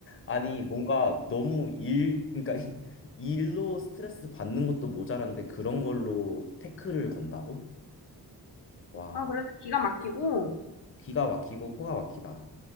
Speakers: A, on the left; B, on the left.
A: 아니, 뭔가 너무 일, 그러니까 <laughs> 일로 스트레스 받는 것도 모자란데 그런 걸로 태클을 건다고? 와,
B: 그래서 기가 막히고
A: 기가 막히고 코가 막히다.